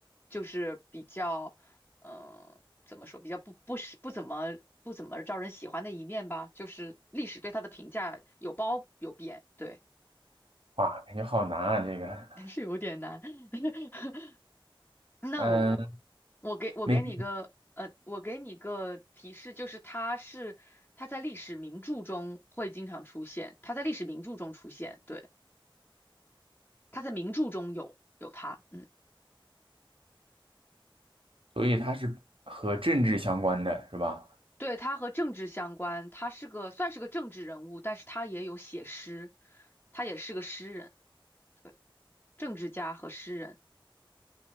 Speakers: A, on the left; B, on the right.
A: 就是比较，呃，怎么说，比较不不是不怎么不怎么招人喜欢的一面吧，就是历史对他的评价有褒有贬，对，
B: 哇，感觉好难啊，这个。
A: <laughs> 但是有点难。<laughs> 那我
B: 嗯。
A: 我给我给你个呃，
B: 没。
A: 我给你个提示，就是他是他在历史名著中会经常出现，他在历史名著中出现，对，他在名著中有有他，嗯，
B: 所以它是和政治相关的，是吧？
A: 对，他和政治相关，他是个算是个政治人物，但是他也有写诗，他也是个诗人，对，政治家和诗人。